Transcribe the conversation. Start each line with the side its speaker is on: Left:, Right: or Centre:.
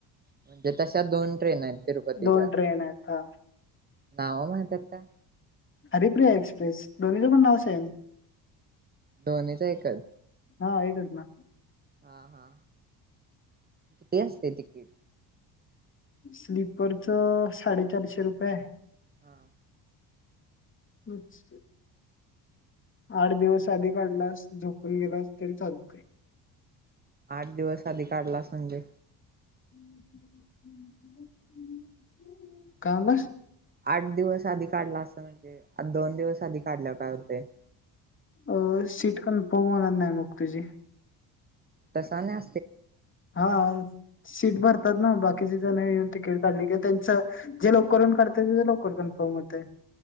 Right: म्हणजे तशा दोन ट्रेन आहेत तिरुपतीच्या
Left: दोन ट्रेन आहेत हा
Right: नावं माहित आहेत का?
Left: हरिप्रिया एक्सप्रेस दोन्ही पण नाव सेम.
Right: दोन्ही <inaudible>
Left: हा एकच ना!
Right: हा हा किती असते तिकीट
Left: स्लीपरच साडेचारशे रुपये आहे
Right: हा
Left: चछ आठ दिवस आधी काढलास झोपून गेलास तरी चालतय
Right: आठ दिवस आधी काढला संजय
Left: <unintelligible> कागस
Right: आठ दिवस आधी काढला असं म्हणजे आ दोन दिवस आधी काढलं काय होते
Left: अ सीट कन्फर्म होणार नाही मग तुझी,
Right: तसा न अ
Left: हा सीट भरतात ना बाकीचे जण येऊन तिकीट काढली की त्यांच जे लवकरून काढत लवकर कन्फर्म होते.